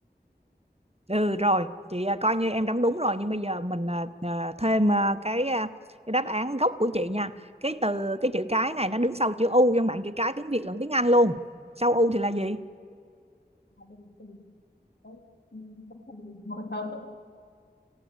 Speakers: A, on the right; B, on the left.
A: ừ, rồi. Chị à, coi như em đóng đúng rồi. Nhưng bây giờ mình à, à, thêm à, cái à, cái đáp án gốc của chị nha. Cái từ, cái chữ cái này nó đứng sau chữ U. Trong bảng chữ cái tiếng Việt lẫn tiếng Anh luôn. Sau U thì là gì?
B: À, từ- từ- từ- ừ, vẫn còn bị mờ mờ.